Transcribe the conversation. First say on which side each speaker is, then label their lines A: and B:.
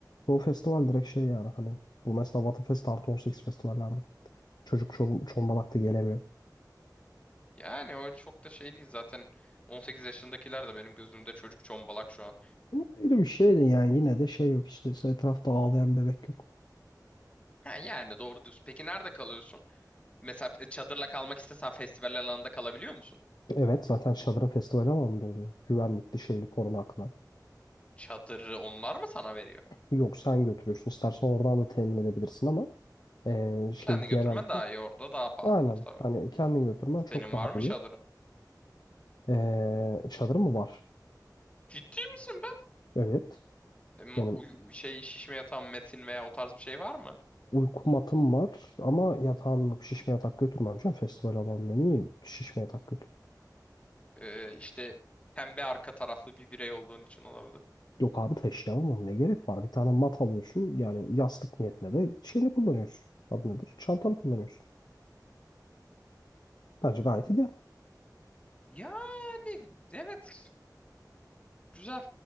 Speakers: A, on the left; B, on the left.
A: çoğu festival direkt şey yani hani bu mesela Batı Fest artı 18 festivallerde. Çocuk çol- çomalak gelemiyor.
B: Yani o çok da şey değil zaten 18 yaşındakiler de benim gözümde çocuk çombalak şu an.
A: Bu ayrı bir şey de yani yine de şey yok işte etrafta ağlayan bebek yok.
B: Ha, yani doğru diyorsun. Peki nerede kalıyorsun? Mesela e, çadırla kalmak istesen festival alanında kalabiliyor musun?
A: Evet zaten Şadır'ın festival alanında oluyor. Güvenlikli şeyli korunaklı.
B: Çadırı onlar mı sana veriyor?
A: Yok sen götürüyorsun. İstersen oradan da temin edebilirsin ama eee, şey
B: Kendin
A: genellikle
B: götürmen daha iyi orada daha pahalıdır
A: aynen
B: tabii.
A: hani kendin götürmen
B: Senin
A: çok daha
B: var mı
A: iyi.
B: çadırın?
A: Eee çadırın mı var?
B: Ciddi misin be?
A: Evet.
B: E, ma-
A: Benim
B: uy- uy- şey şişme yatağın metin veya o tarz bir şey var mı?
A: uyku matım var ama yatağım yok. Şişme yatak götürmem canım. Festival alanında niye şişme yatak
B: E, işte pembe arka taraflı bir birey olduğun için olabilir.
A: Yok abi taşıyamam oğlum, ne gerek var? Bir tane mat alıyorsun yani yastık niyetine de şeyini kullanıyorsun. Adı nedir? Çantanı kullanıyorsun. Bence gayet iyi.
B: Yani evet güzel.